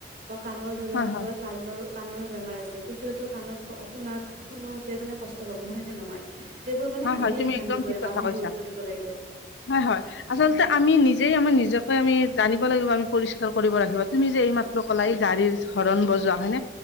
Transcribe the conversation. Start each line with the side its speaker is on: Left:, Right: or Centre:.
Right: বা কাণৰ ধৰি লওঁক
Left: হয়
Right: কোনোবাত
Left: হয়
Right: কাণৰ কাণৰ বেমাৰ আছে ত' সিহঁতৰ কাণত শুনাত শুনোতে মানে কষ্ট পাব হয় নে নহয় সেইবোৰ মানে
Left: হয়
Right: আমিয়ে
Left: হয় তুমি
Right: ধ্যান
Left: একদম
Right: দিব
Left: ঠিক
Right: লাগিব
Left: কথা
Right: আমি
Left: কৈছা
Right: গুৰুত্ব দিব লাগে
Left: হয় হয়। আচলতে আমি নিজেই আমাৰ নিজকে আমি জানিব লাগিব আমি পৰিষ্কাৰ কৰিব ৰাখিব তুমি যে এই মাত্ৰ লাই গাড়ীৰ হৰণ বজোৱা হয় নে